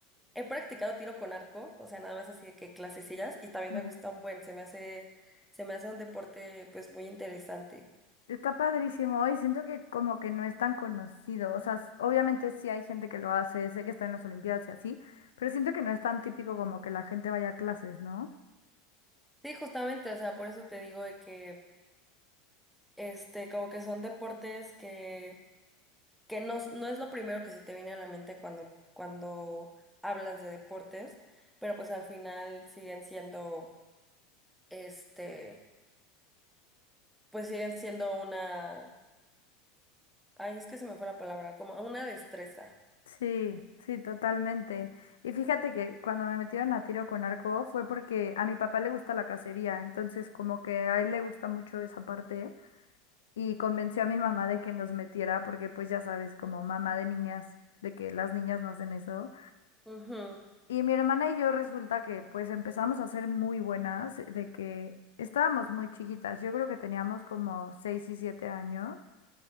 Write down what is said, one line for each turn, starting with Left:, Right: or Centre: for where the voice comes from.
Centre: He practicado tiro con arco, o sea, nada más así de que clasecillas y también
Left: Ujú.
Centre: me gusta un buen, se me hace, se me hace un deporte pues muy interesante.
Left: Está padrísimo y siento que como que no es tan conocido, o sea, s- obviamente sí hay gente que lo hace, sé que está en las Olimpiadas y así, pero siento que no es tan típico como que la gente vaya a clases, ¿no?
Centre: Sí, justamente, o sea, por eso te digo de que este, como que son deportes que que no, es- no es lo primero que se te viene a la mente cuando, cuando hablas de deportes, pero pues al final siguen siendo, este, pues siguen siendo una, ay, es que se me fue la palabra, como una destreza.
Left: Sí, sí, totalmente. Y fíjate que cuando me metieron a tiro con arco fue porque a mi papá le gusta la cacería, entonces como que a él le gusta mucho esa parte y convenció a mi mamá de que nos metiera porque pues ya sabes, como mamá de niñas, de que las niñas no hacen eso.
Centre: Ujú,
Left: Y mi hermana y yo resulta que pues empezamos a ser muy buenas, de que estábamos muy chiquitas, yo creo que teníamos como seis y siete años.